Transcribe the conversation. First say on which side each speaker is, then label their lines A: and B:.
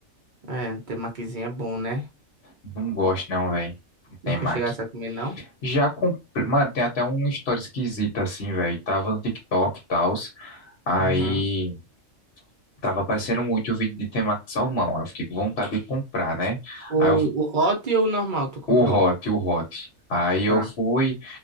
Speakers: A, on the right; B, on the left.
A: É, temakizinho é bom, né?
B: não gosto não, velho.
A: Nunca
B: Temaki.
A: chegasse a comer, não?
B: Já comprei. Mano, tem até uma história esquisita assim, velho. Tava no TikTok e tal. Aí
A: Uhum.
B: tava aparecendo muito o vídeo de temaki de salmão. Aí eu fiquei com vontade de comprar, né?
A: O,
B: Aí eu,
A: o hot ou o normal tu
B: o
A: comprou?
B: hot, o hot. Aí eu
A: Tá.
B: fui